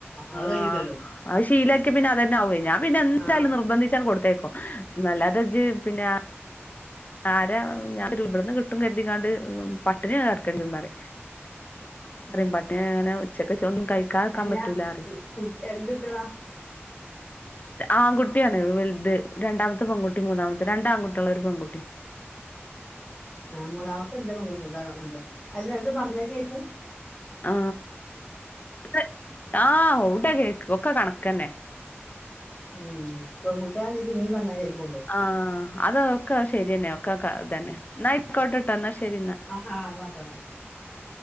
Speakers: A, on the left; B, on the left.
A: ആ
B: അത് കഴിയൂലല്ലോ
A: അത് ശീലം പിന്നെ അതെന്നെ ആവ്യെ ഞാൻ പിന്നെ എന്തായാലും
B: ആ
A: നിർബന്ധിച്ചാൻ കൊടുത്തേക്കും നല്ലാതജ് പിന്നെ ആരാ ഞ ഇവിടുന്ന് കിട്ടും കരുതിക്കാണ്ട് പട്ടിണി കടക്കണ്ടമാ <unintelligible>
B: ഉം.
A: പണ്ടേ അങ്ങനെച്ചക്കെ തൊന്നും കഴിക്കാക്കാൻ
B: അല്ല
A: പറ്റൂലറി
B: കുട്ടി എന്തിട്ടടാ
A: ആൺകുട്ടിയാണ് വലുത് രണ്ടാമത്തെ പെൺകുട്ടി മൂന്നാമത്തെ രണ്ട ആൺകുട്ടികളും ഒരു പെൺകുട്ടി
B: ആ മൂന്നാമത്തെ എന്റെ പെൺകുട്ടി ഉണ്ട അല്ല രണ്ട് പറഞ്ഞാ കേക്കൂ
A: ആ എന്ന <unintelligible> ഒക്കെ കണക്കന്നെ
B: ഉം പെൺകുട്ടി ആണെങ്കിൽ പിന്ന പറഞ്ഞകേൾക്കും
A: ആ അതൊക്കെ ശരിയന്നെ ഒക്കെതന്നെ ന്ന ആയിക്കോട്ടെ ന്നാ ശരി എന്നാ
B: ആ ആ എന്നാ ഒക്കെ.